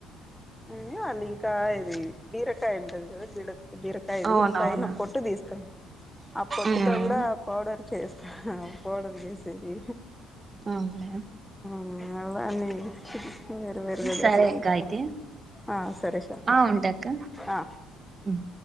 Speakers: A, in the centre; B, on the right.
A: హు వాళ్ళు ఇం కాయ ఇది బీరకాయ అంటారు కదా బిడ బిరకాయది
B: అవునవునా
A: పైన పొట్టు తీస్తాం ఆ పొట్టుతో
B: ఉమ్
A: కూడా పౌడర్ చేస్తాను కోడి <unintelligible> సకి
B: అవునా
A: నిన్న <unintelligible> వేరువేరుగా
B: సరే
A: చేస్తాం
B: అక్క అయితే
A: ఆ సరే సార్
B: ఆ ఉంటా అక్క
A: ఆ
B: ఉమ్